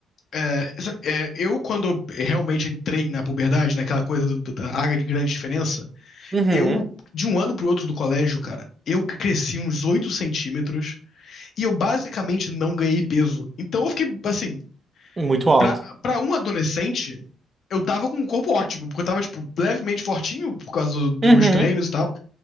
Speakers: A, on the left; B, on the right.
A: é, só- é, eu, quando eu realmente entrei na puberdade, naquela coisa do- do- da área de grande diferença,
B: Uhum.
A: eu, de um ano pro outro do colégio, cara, eu cresci uns 8 centímetros e eu basicamente não ganhei peso. Então eu fiquei, assim,
B: Uhum. Muito alto.
A: Pra, pra um adolescente, eu tava com um corpo ótimo, porque eu tava, tipo, levemente fortinho por causa do- dos
B: Uhum.
A: meus treinos e tal.